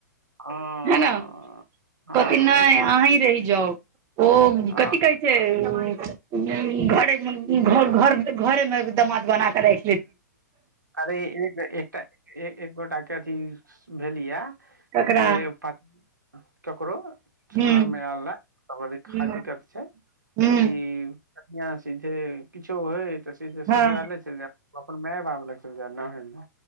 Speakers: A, on the right; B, on the right.
A: हँ
B: है न
A: हँ
B: कहथि नहि
A: ई
B: अही रहि जाउ ओ
A: हँ
B: कथि कहै छै घरे-घर, घरेमे दमाद बना कऽ। <unintelligible>
A: अरे एक एकटा एक गोटाके अथी भेलि हऽ
B: ककरा
A: जे प ककरो सुनो
B: हूँ
A: मे आइल तब अभी
B: हूँ
A: हकीकत छै
B: हूँ
A: कि याँ सीधे किछो हय त सीधे
B: हँ
A: ससुरालय चल जाय अपन माय बाप लग चल जा न ह